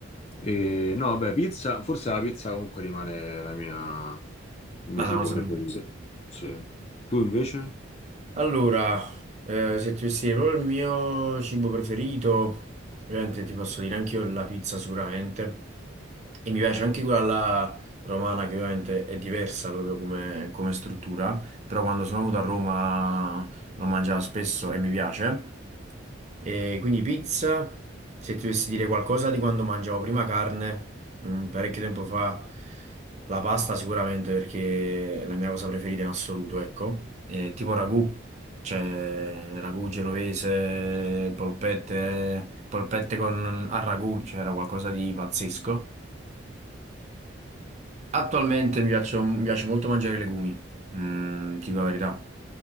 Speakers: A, on the left; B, on the right.
A: e- no, vabbè, pizza, forse la pizza comunque rimane la mia, il mio
B: Ma
A: cibo
B: La cosa
A: preferito.
B: per me.
A: Sì. Tu invece?
B: Allora, eh, se ti dovessi dire proprio il mio cibo preferito, ovviamente ti posso dire anche io la pizza sicuramente. E mi piace anche quella alla romana che ovviamente è diversa proprio come, come struttura, però quando sono venuto a Roma l'ho mangiata spesso e mi piace. E quindi pizza, se ti dovessi dire qualcosa di quando mangiavo prima carne mm, parecchio tempo fa la pasta sicuramente perché è la mia cosa preferita in assoluto, ecco. Eh, tipo ragù, cioè ragù genovese, polpette, polpette con, al ragù, cioè era qualcosa di pazzesco. Attualmente mi piaccio- mi piace molto mangiare i legumi, mm, ti dico la verità,